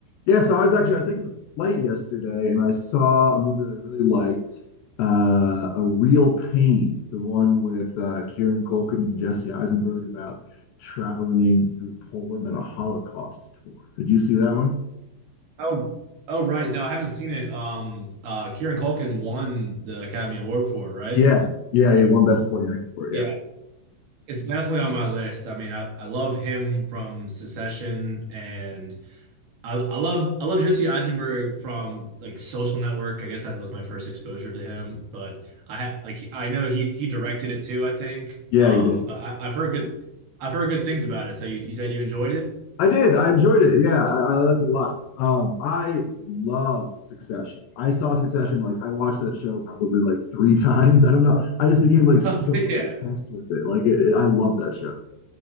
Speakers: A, on the left; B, on the right.
A: Yeah, so I was actually I was taking a flight yesterday and I saw a movie that I really liked, uh, A Real Pain, the one with uh, Kieran Culkin and Jesse Eisenberg about traveling through Poland on a Holocaust tour. Did you see that one?
B: Oh, oh, right. No, I haven't seen it. Um, uh, Kieran Culkin won the Academy Award for it, right?
A: Yeah, yeah, he won Best Supporting Actor for it.
B: Yeah, it's definitely on my list. I mean, I, I love him from Secession, and I, I love I love Jesse Eisenberg from like Social Network. I guess that was my first exposure to him, but I had like I know he he directed it too, I think.
A: Yeah,
B: Um,
A: yeah, he did.
B: but I, I've heard good I've heard good things about it. So you, you said you enjoyed it?
A: I did. I enjoyed it. Yeah, I, I liked it a lot. Um, I love Succession. I saw Succession like I watched that show probably like three <laughs> times. I don't know. I just became like
B: <laughs>
A: so
B: Yeah.
A: obsessed with it. Like it, it- I love that show.